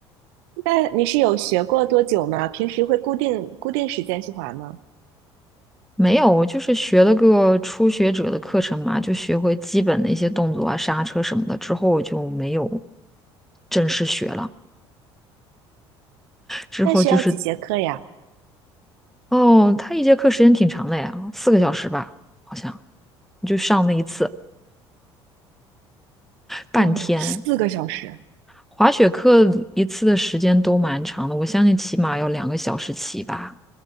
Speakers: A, on the right; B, in the centre.
A: 那你是有学过多久吗？平时会固定固定时间去滑吗？
B: 没有，我就是学了个初学者的课程嘛，就学会基本的一些动作啊、刹车什么的，之后就没有正式学了。之后就是，
A: 那需要几节课呀？
B: 哦，他一节课时间挺长的呀，四个小时吧，好像，就上那一次，半天。
A: 哦哟，四个小时，
B: 滑雪课一次的时间都蛮长的，我相信起码要两个小时起吧。